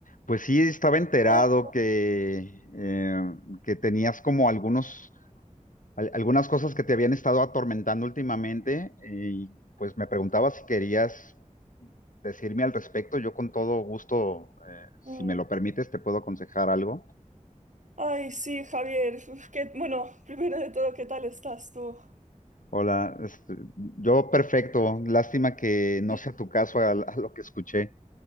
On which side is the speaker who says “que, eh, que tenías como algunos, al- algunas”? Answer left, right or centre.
Left